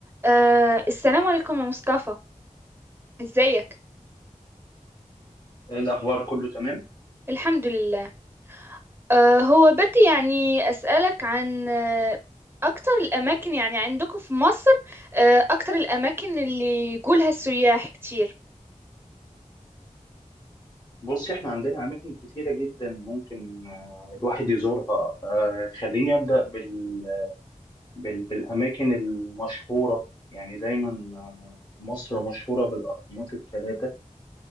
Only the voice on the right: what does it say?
أه السلام عليكم يا مصطفى ازيك
الحمد لله أه هو بدي يعني أسألك عن أه أكتر الأماكن يعني عندكم في مصر أه أكتر الأماكن اللي يقولها السياح كتير